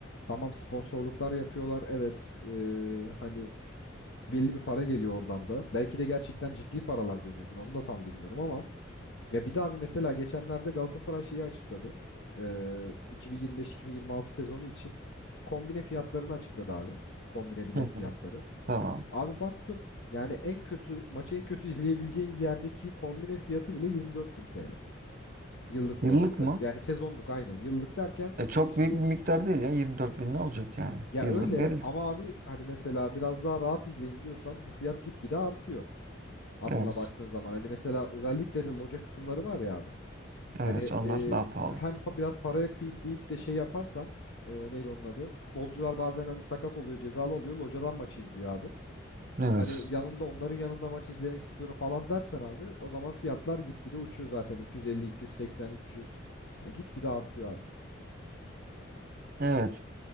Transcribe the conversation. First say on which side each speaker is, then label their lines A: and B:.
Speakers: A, on the left; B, on the right.
A: tamam sponsorluklar yapıyorlar. Evet e, hani belli bir para geliyor oradan da. Belki de gerçekten ciddi paralar dönüyordur. Onu da tam bilmiyorum ama Ya bir de abi mesela geçenlerde Galatasaray şeyi açıkladı. Ee, 2025-2026 sezonu için kombine fiyatlarını açıkladı abi. Kombine bilet
B: Hı
A: fiyatları.
B: hı. Tamam.
A: Abi baktım yani en kötü maçı en kötü izleyebileceğin yerdeki kombine fiyatı bile 24 bin TL. Yıllık
B: Yıllık
A: olarak tabii.
B: mı?
A: Yani sezonluk aynen. Yıllık derken
B: E çok
A: e, işte
B: büyük bir miktar değil ya. 24 bin ne olacak yani?
A: ya
B: Yıllık
A: öyle
B: verilir.
A: ama abi hani mesela biraz daha rahat izleyeyim diyorsan bu fiyat gitgide artıyor. aslına
B: Evet.
A: baktığın zaman. Hani mesela özellikle de loca kısımları var ya abi.
B: Evet
A: Hani
B: onlar
A: e,
B: daha pahalı.
A: hem pa- biraz paraya kıyayım deyip de şey yaparsan e, neydi onun adı? Futbolcular bazen hani sakat oluyor, cezalı oluyor. Locadan maçı izliyor abi.
B: Evet.
A: Hani yanında onların yanında maç izlemek istiyorum falan dersen abi o zaman fiyatlar gitgide uçuyor zaten. 250, 280, 300. Yani gitgide artıyor abi.
B: Evet.